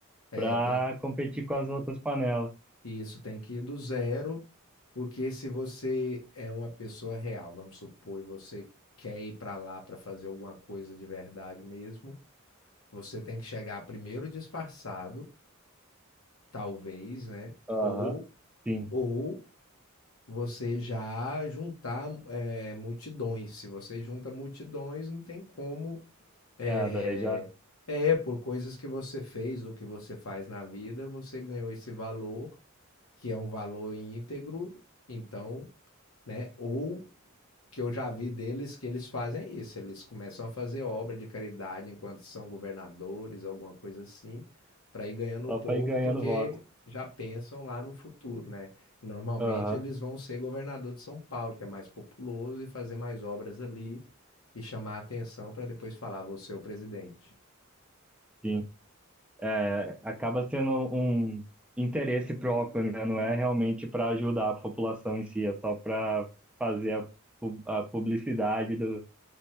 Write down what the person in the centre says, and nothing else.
para
competir com as outras panelas.
Aham.
Sim,
é, daí já
só
para ir ganhando
voto.
Aham,
sim. É, acaba sendo um interesse próprio, né? Não é realmente para ajudar a população em si, é só para fazer a, pu- a publicidade do,